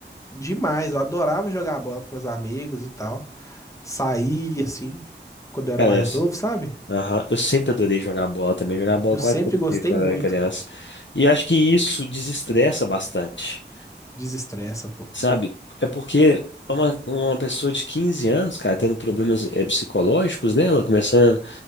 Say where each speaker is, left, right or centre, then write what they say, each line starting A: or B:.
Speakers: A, on the left; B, on the left.
A: demais, eu adorava jogar bola com meus amigos e tal. Saía assim, quando eu era
B: Cara,
A: mais
B: isso-
A: novo, sabe?
B: aham. Eu sempre adorei jogar bola também, jogar bola
A: Eu
B: quase
A: sempre
B: todo
A: gostei
B: dia quando
A: muito,
B: eu era criança.
A: pô.
B: E acho que isso desestressa bastante.
A: Desestressa, pô.
B: sabe? É porque é uma, uma pessoa de 15 anos, cara, tendo problemas eh, psicológicos, né? Ela começando.